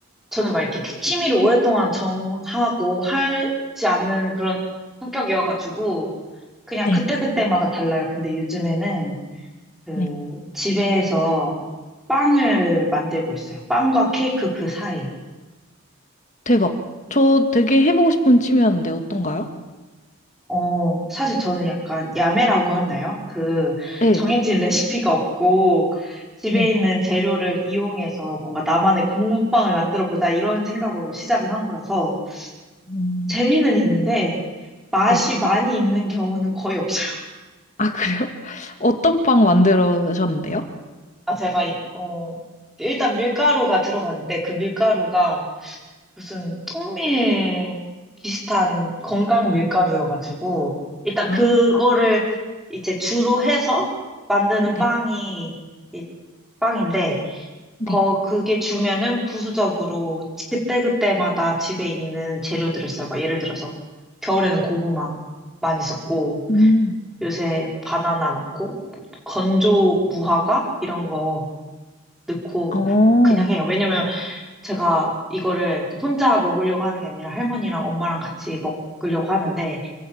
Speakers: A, in the centre; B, on the left (about 35°).
A: 저는 막 이렇게 취미를 오랫동안 정하고 하지 않는 그런 성격이어가지고 그냥
B: 네.
A: 그때그때마다 달라요. 근데 요즘에는 그
B: 네.
A: 집에서 빵을 만들고 있어요. 빵과 케이크 그 사이.
B: 대박. 저 되게 해보고 싶은 취미였는데 어떤가요?
A: 어, 사실 저는 약간 야매라고 하나요? 그,
B: 네.
A: 정해진 <laughs> 레시피가 없고, 집에
B: 네.
A: 있는 재료를 이용해서 뭔가 나만의 건강빵을 만들어 보자, 이런 생각으로 시작을 한 거라서,
B: 음,
A: 재미는 있는데, 맛이
B: 네.
A: 많이 있는 경우는 거의 없어요.
B: 아, 그래요? <laughs> 어떤 빵 만들으셨는데요?
A: 아, 제가, 이- 어, 일단 밀가루가 들어가는데, 그 밀가루가 무슨 통밀 비슷한 건강 밀가루여가지고 일단
B: 아,
A: 그거를 이제 주로 해서 만드는
B: 네.
A: 빵이 이 빵인데
B: 네.
A: 거 그게 주면은 부수적으로 그때그때마다 집에 있는 재료들을 써요. 막 예를 들어서 겨울에는 고구마 많이 썼고
B: 음.
A: 요새 바나나 넣고 건조 무화과 이런 거 넣고
B: 어,
A: 그냥 해요. 왜냐면 제가 이거를 또 혼자 먹으려고 하는 게 아니라 할머니랑 엄마랑 같이 먹으려고 하는데